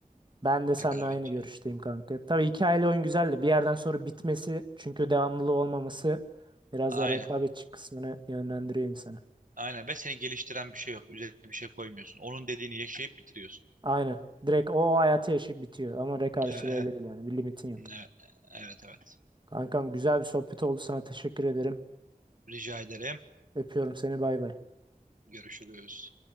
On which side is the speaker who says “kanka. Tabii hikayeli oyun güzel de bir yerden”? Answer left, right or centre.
Right